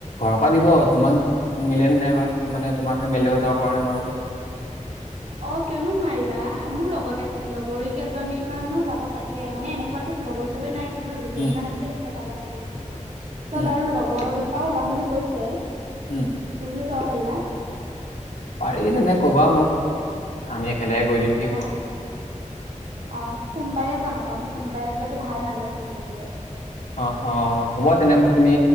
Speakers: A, on the left (about 85°); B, on the right (about 70°).
A: পা দিব তোমাক মিলে ন নাইবা মানে তোমাক ফেমেলি লগত যাব পাৰনে নোৱাৰোবা।
B: অ কিয়নো নোৱাৰিবা মোৰ লগৰ লগৰী কেইজনী মানো যাব চাগে মানে এনেকুৱাাতোত লগৰ চবে নাই কিন্তু দুজনীমান
A: উম,
B: আছে সিহতে যাব চাগে। চল
A: উম,
B: আৰু লগৰ তা ওলাম বুলি কৈছে। তুমিও
A: উম,
B: যা পাৰিবা।
A: পাৰি তেনে ক'বা মোক। আমি একেলগে গৈ দিম, কি
B: অ,
A: কোৱা?
B: হ'ব অ', সোমবাৰে যাম আকৌ আমি সোমবাৰে যোৱাাতো ভাল মানে শিৱ মন্দিৰত।
A: অ অ হ'ব তেনে মোক তুমি